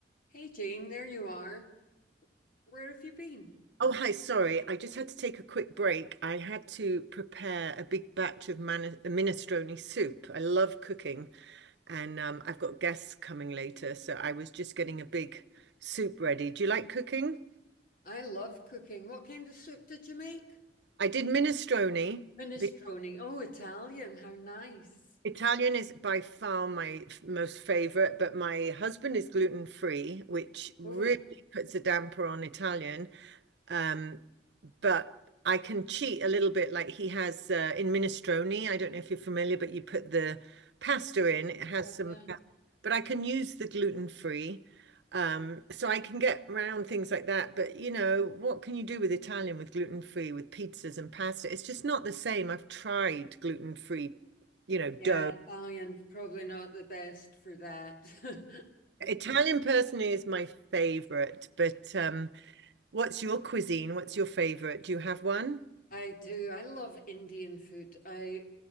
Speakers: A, on the left; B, on the right.
A: Hey Jane, there you are. Where have you been?
B: Oh, hi, sorry. I just had to take a quick break. I had to prepare a big batch of man minestrone soup. I love cooking, and um, I've got guests coming later, so I was just getting a big soup ready. Do you like cooking?
A: I love cooking. What kind of soup did you make?
B: I did minestrone.
A: Minestrone.
B: be-
A: Oh, Italian. How nice.
B: Italian is by far my f- most favorite, but my husband is gluten free, which really
A: Oh,
B: puts a damper on Italian. Um, but I can cheat a little bit. Like he has uh, in minestrone, I don't know if you're familiar, but you put the pasta in, it has
A: Uh,
B: some,
A: yeah.
B: but I can use the gluten free. Um, so I can get around things like that. But you know, what can you do with Italian with gluten free, with pizzas and pasta? It's just not the same. I've tried gluten free, you know, dough.
A: yeah, Italian's probably not the best for that. <laughs>
B: Italian personally is my favorite, but um, what's your cuisine? What's your favorite? Do you have one?
A: I do. I love Indian food. I